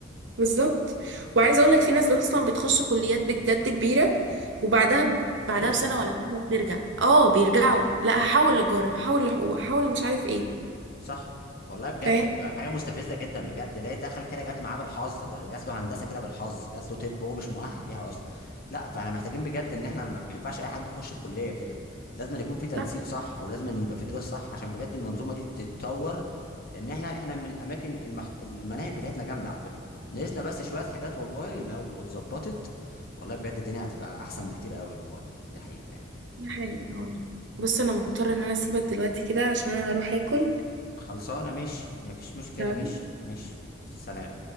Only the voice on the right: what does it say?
بالظبط وعايزه اقول لك في ناس اصلا بتخش كليات بجد كبيره وبعدها ب-
بعدها بسنة ولا حاجة بترجع اه بيرجعوا لا هحول للجارة هحول لحقوق هحول مش عارف ايه
فاهم؟
صح
ده حقيقي والله بص انا مضطرة ان انا اسيبك دلوقتي كده عشان انا هروح اكل
تمام